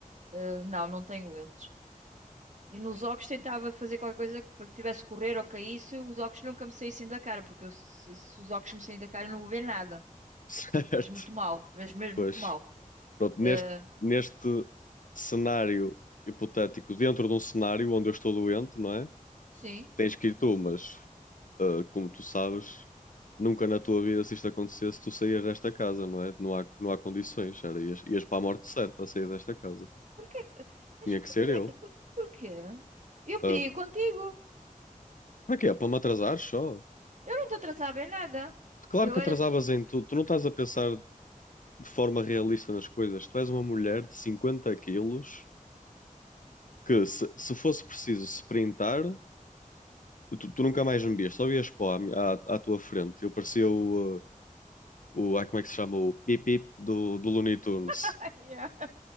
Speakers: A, on the right; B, on the left.
A: Eh, não, não tenho lentes. E nos óculos tentava fazer qualquer coisa que, para que tivesse que correr ou caísse, os óculos nunca me saíssem da cara, porque eu, se, se os óculos me saírem da cara, eu não vou ver nada.
B: <laughs> Certo,
A: Mas muito mal, mas mesmo
B: pois.
A: muito mal.
B: Pronto, neste,
A: Ah,
B: neste cenário hipotético, dentro de um cenário onde eu estou doente, não é?
A: sim.
B: Tens que ir tu, mas ah, como tu sabes, nunca na tua vida, se isto acontecesse, tu saías desta casa, não é? Não há, não há condições, era, ias, ias para a morte certa a sair desta casa.
A: Porquê? que- Mas
B: Tinha
A: porquê?
B: que ser eu.
A: Por, porquê? Eu podia
B: Ah,
A: ir contigo.
B: para quê? Para me atrasar só?
A: Eu não te atrasava em nada.
B: Claro
A: Eu
B: que
A: era
B: atrasavas
A: assim.
B: em tudo. Tu não estás a pensar de forma realista nas coisas. Tu és uma mulher de 50 quilos que, se, se fosse preciso sprintar, Tu, tu nunca mais me vias, só vias pó à, mi- à, à tua frente. Eu parecia o, uh, o, ah, como é que se chama? O Pip Pip do, do Looney Tunes.
A: <laughs> Ai, ai.